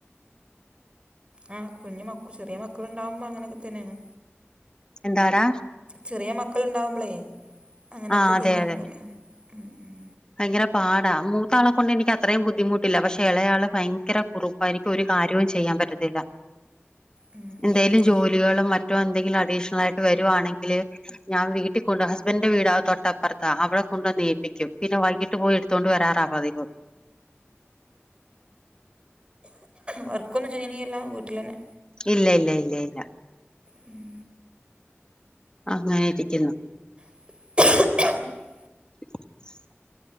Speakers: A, on the right; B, on the left.
A: ആഹ് കുഞ്ഞ് മക്ക് ചെറിയ മക്കൾ ഇണ്ടാവുമ്പ അങ്ങന ക്കത്തന്നേണ്
B: എന്താരാ
A: ചെറിയ മക്കള് ഉണ്ടാവുമ്പളേ അങ്ങനെയെക്കെ
B: ആഹ് അതെ
A: തന്നെയാണ്
B: അതെ
A: പറയാ ഉം ഉം
B: ഭയങ്കര പാടാ മൂത്താളെ കൊണ്ട് എനിക്ക് അത്രയും ബുദ്ധിമുട്ടില്ല പക്ഷെ എളയാള് ഭയങ്കര കുറുമ്പാ എനിക്ക് ഒരു കാര്യോം ചെയ്യാൻ പറ്റത്തില്ല
A: ഉം
B: എന്തേലും
A: ഉം
B: ജോലികളും മറ്റോ എന്തെങ്കിലും അഡീഷണലായിട്ട് വര് വരുവാണെങ്കില് ഞാൻ വീട്ടി കൊണ്ട് ഹസ്ബന്റെ വീടാ തൊട്ടപ്പറത്താ അവടെ കൊണ്ടുവന്നേൽപ്പിക്കും പിന്നെ വൈകീട്ട് പോയ് എടുത്താേണ്ട് വരാറാ പതിവ്
A: വർക്കൊന്നും ചെയ്യണീയല്ലാ വീട്ടിലന്നെ
B: ഇല്ല ഇല്ല ഇല്ല ഇല്ല
A: ഉം
B: അങ്ങനെ ഇരിക്കുന്നു
A: <unintelligible>
B: <inaudible>